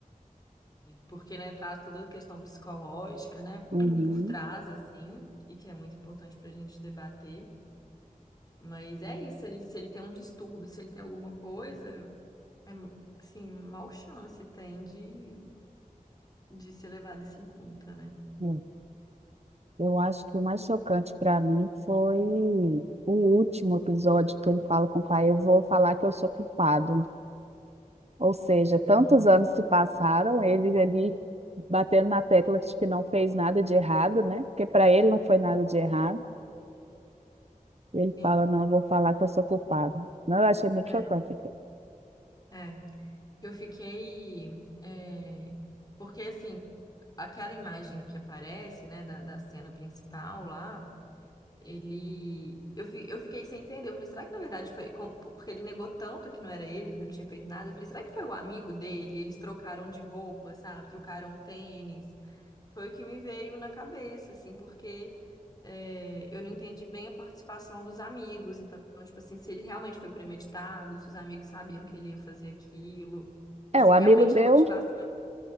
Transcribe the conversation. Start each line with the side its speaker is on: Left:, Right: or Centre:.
Left: porque, né, traz toda a questão psicológica, né,
Right: Uhum.
Left: <clears throat> por trás, assim, e que é muito importante para a gente debater. Mas é isso, ele, se ele tem um distúrbio, se ele tem alguma coisa, É, assim, mal chance tem de, de ser levado isso em conta, né?
Right: É. Eu acho que o mais chocante para mim foi o último episódio que ele fala com o pai. Eu vou falar que eu sou culpado. Ou seja,
Left: Uhum.
Right: tantos anos se passaram, ele ali batendo na tecla de que não fez nada de errado, né? Porque para ele não foi nada de errado. Ele
Left: Sim,
Right: fala, não, eu vou falar que eu sou culpado. Não, eu achei muito
Left: é,
Right: chocante. aquilo.
Left: é. Eu fiquei... é, porque, assim, aquela imagem que aparece, né, da, da cena principal lá, Ele. Eu, fi- eu fiquei sem entender. Eu falei, será que na verdade foi. com- Porque ele negou tanto que não era ele, que não tinha feito nada. Eu falei, será que foi o amigo dele? Eles trocaram de roupa, sabe? Trocaram tênis. Foi o que me veio na cabeça, assim, porque é, eu não entendi bem a participação dos amigos. Então, tipo assim, se ele realmente foi premeditado, se os amigos sabiam que ele ia fazer aquilo, e
Right: É,
Left: se
Right: o
Left: realmente
Right: amigo deu,
Left: a motivação